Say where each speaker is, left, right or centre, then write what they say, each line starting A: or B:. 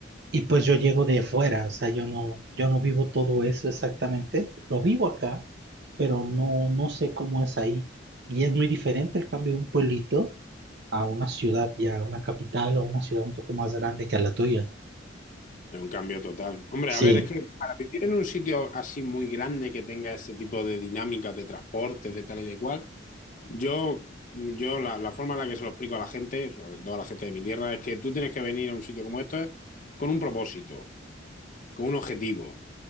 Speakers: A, on the right (about 55°); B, on the left (about 40°).
A: y pues yo llego de fuera, o sea, yo no, yo no vivo todo eso exactamente, lo vivo acá, pero no, no sé cómo es ahí, y es muy diferente el cambio de un pueblito a una ciudad ya, una capital o una ciudad un poco más grande que a la tuya.
B: es un cambio total. Hombre, a
A: Sí,
B: ver, es que para vivir en un sitio así muy grande que tenga ese tipo de dinámicas de transporte, de tal y de cual, yo, yo la, la forma en la que se lo explico a la gente, sobre todo a la gente de mi tierra, es que tú tienes que venir a un sitio como este con un propósito, con un objetivo.